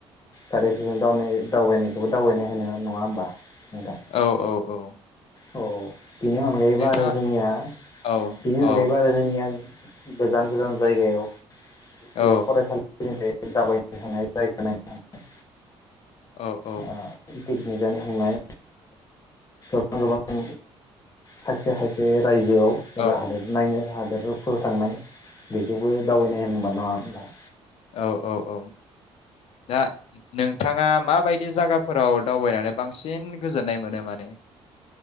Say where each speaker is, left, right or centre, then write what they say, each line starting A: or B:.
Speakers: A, on the left (about 35°); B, on the left (about 65°).
A: गारिफोरजों दावनाय दावबायनायखौबो दावबायनाय होनो नङा होमबा नोंथां।
B: औ औ औ
A: औ। बेनि अनगायैबो
B: नोंथाङा
A: आरो जोंनिया
B: औ
A: बेनि
B: औ
A: अनगायैबो आरो जोंनिया गोजान गोजान जायगायाव बेयाव
B: औ
A: फरायसालि बेबादिनो दावबायनो थांनाय जायगा नायनो थांनाय।
B: औ औ
A: अ पिकिनिक जानो थांनाय <unintelligible> गोबां खायसे खायसे रायजोआव
B: औ
A: एबा हादोर नायनो हादोराव फोराव थांनाय बेखौबो दावबायनाय होनो नङा होमबा?
B: औ औ औ दा नोंथाङा माबायदि जागाफोराव दाव दावबायनानै बांसिन गोजोननाय मोनो माने?